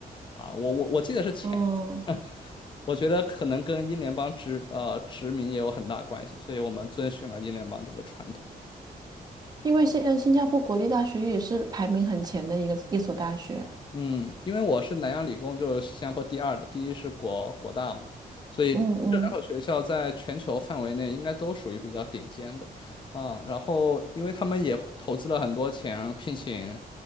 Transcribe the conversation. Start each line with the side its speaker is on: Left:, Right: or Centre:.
Left: 啊，我我我记得是前。
Right: 嗯，
Left: <laughs> 我觉得可能跟英联邦殖呃殖民也有很大关系，所以我们遵循了英联邦这个传统。
Right: 因为新呃新加坡国立大学也是排名很前的一个一所大学。
Left: 嗯，因为我是南洋理工，就是新加坡第二的，第一是国国大嘛，所以这两所学校在全球范围内应该都属于比较顶尖的啊。
Right: 嗯嗯
Left: 然后，因为他们也投资了很多钱，聘请